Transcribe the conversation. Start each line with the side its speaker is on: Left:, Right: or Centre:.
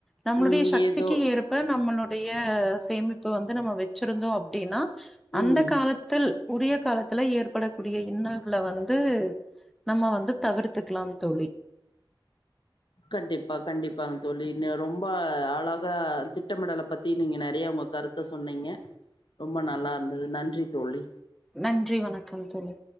Centre: நம்ளுடைய
Left: ம்
Centre: சக்திக்கி
Left: ஏதோ
Centre: ஏற்ப நம்மளோட ளுடைய சேமிப்பு வந்து நம்ம வச்சிருந்தோ அப்டினா அந்த
Left: ம்
Centre: கால த்தில் உரிய காலத்துல ஏற் படக்கூடிய இன்னல்கள வந்து நம்ம வந்து தவிர்த்துக்கலாம் தோழி
Left: கண்டிப்பா கண்டிப்பாங்க தோழி இன்ன ரொம்ப அழகா‌ திட்டமிடல பத்தி நீங்க நெறைய உங்க கருத் த சொன்னீங்க ரொம்ப நல்லா இருந்தது நன்றி தோழி
Centre: நன்றி வணக்கம் தோழி